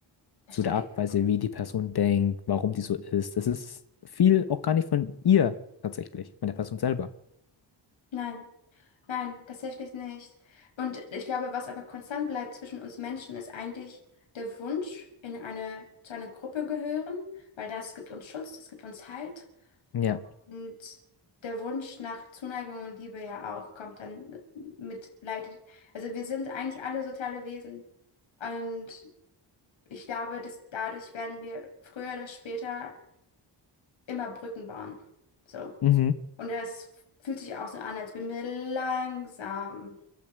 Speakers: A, on the left; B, on the left.
A: verstehe
B: zu der Art
A: ich.
B: und Weise, wie die Person denkt, warum die so ist. Das ist viel auch gar nicht von ihr tatsächlich, von der Person selber.
A: Nein. Nein, tatsächlich nicht. Und ich glaube, was aber konstant bleibt zwischen uns Menschen, ist eigentlich der Wunsch, in eine, zu einer Gruppe gehören, weil das gibt uns Schutz, das gibt uns Halt.
B: Ja.
A: Und der Wunsch nach Zuneigung und Liebe ja auch kommt dann mit leitet. Also wir sind eigentlich alle soziale Wesen. Und ich glaube, dass dadurch werden wir früher oder später immer Brücken bauen. So.
B: Mhm.
A: Und das fühlt sich auch so an, als würden wir langsam